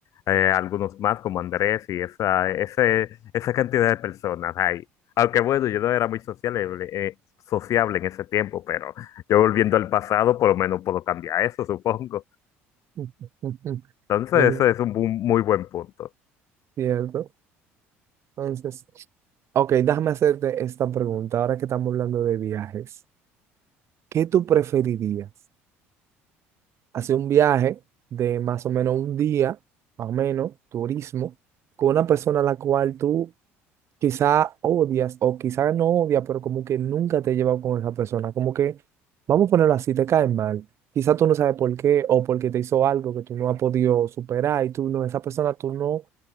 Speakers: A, on the left; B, on the right.
A: eh, algunos más como Andrés y esa, ese, esa cantidad de personas ahí. Aunque bueno, yo no era muy sociable, eh, sociable en ese tiempo, pero yo volviendo al pasado por lo menos puedo cambiar eso, <laughs> supongo.
B: <laughs> Ujú.
A: Entonces,
B: Yo no,
A: eso es un bu- muy buen punto.
B: cierto. Entonces, ok, déjame hacerte esta pregunta, ahora que estamos hablando de viajes. ¿Qué tú preferirías? hacer un viaje de más o menos un día, más o menos, turismo, con una persona a la cual tú quizá odias o quizá no odias, pero como que nunca te he llevado con esa persona, como que, vamos a ponerlo así, te cae mal. Quizá tú no sabes por qué o porque te hizo algo que tú no has podido superar y tú no, esa persona tú no